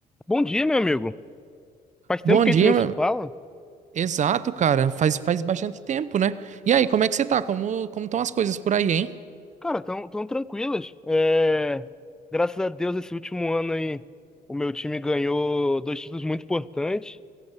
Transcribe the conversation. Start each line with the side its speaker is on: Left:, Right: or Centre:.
Centre: Bom dia, meu amigo. Faz
Right: Bom
Centre: tempo que
Right: dia,
Centre: a gente não
Right: meu-
Centre: se fala.
Right: exato, cara. Faz, faz bastante tempo, né? E aí, como é que você tá? Como como estão as coisas por aí, hein?
Centre: Cara, tão, tão tranquilas. É, Graças a Deus, esse último ano aí, o meu time ganhou dois títulos muito importantes.